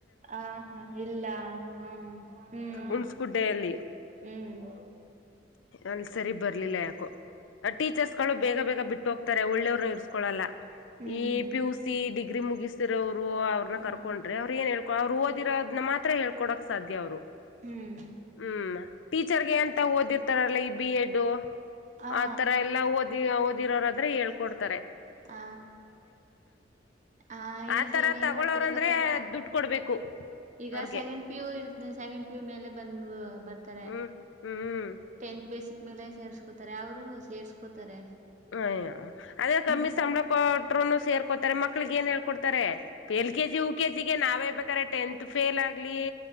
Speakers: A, on the right; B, on the left.
A: ಹ ಹಾ ಇಲ್ಲ ಹ್ಮ್ ಹ್ಮ್
B: ಹುಣಸ್ಗುಡ್ಡೆಯಲ್ಲಿ
A: ಹ್ಮ್
B: ಅಲ್ಲಿ ಸರಿ ಬರಲಿಲ್ಲ ಯಾಕೋ ಟೀಚರ್ಸ್ ಗಳು ಬೇಗ ಬೇಗ ಬಿಟ್ಟು ಹೋಗ್ತ ತಾರೆ ಒಳ್ಳೆಯವ್ರನು ಇರಿಸಕೊಳ್ಳಲ್ಲ
A: ಹ್ಮ್
B: ಈ ಪಿ ಯು ಸಿ ಗ್ರಿ ಮುಗಿಸ್ತಿರವು ಅವರು ಅವ್ರನ್ನ
A: ಹ್ಮ್
B: ಕರ್ಕೊಂಡ್ರೆ ಅವ್ರ ಏ ಹೇ ಅವ್ರು ಓದಿರೋದನ್ನ ಮಾತ್ರ ಹೇಳ್ಕೊಡಕ್ ಸಾಧ್ಯ ಅವ್ರು
A: ಹ್ಮ್
B: ಹ್ಮ್ ಟೀಚರ್ಗೆ ಎಂತ ಓದಿರ್ತಾರಲ್ಲ ಈ ಬಿ ಎಡ್
A: ಹಾ
B: ಆ ತರ ಎಲ್ಲಾ ಒದ ಓದಿರೋ ಹಳ್ಕೊಡ್ದು
A: ಹ ಆ ಈ
B: ಆತರ
A: ಸೈಡ್ ಏನ್
B: ತಗೊಳೋರಂದ್ರೆ
A: ಮಾಡ್ತಾರೆ ಗೊತ್ತಕ
B: ದುಡ್ಡು ಕೊಡ್ಬೇಕು
A: ಈಗ
B: ಅವ್ರಗೆ
A: ಸೆಕೆಂಡ್ ಪಿಯು ಇರ್ತ ಸೆಕೆಂಡ್ ಪ್ಯು ಮೇಲೆ ಬಂದ್ ಬರ್ತಾರೆ
B: ಹ್ಮ್ ಹ್ಮ್
A: ಟೆಂತ್ ಬೇಸಿಕ್ ಮೇಲೆ ಸೇರ್ಸ್ಕೋತಾರೆ ಅವರು ಸೇರ್ಸ್ಕೋತಾರೆ
B: ಹ ಅದೇ ಕಮ್ಮಿ
A: ಹ್ಮ್
B: ಸಂಬ್ಲ ಕೊಟ್ ಸೇರ್ಕೋತಾರೆ ಮಕ್ಳಿಗೆ ನ್ ಹೇಳ್ೊಡ್ ಎಲ್ ಕೆಜಿ ಉ ಕೆ ಜಿಿಗೆ ನಾವೇ ಬೇಕ ಟೆಂತ್ ಫೇಲ್ ಆಗ್ಲಿ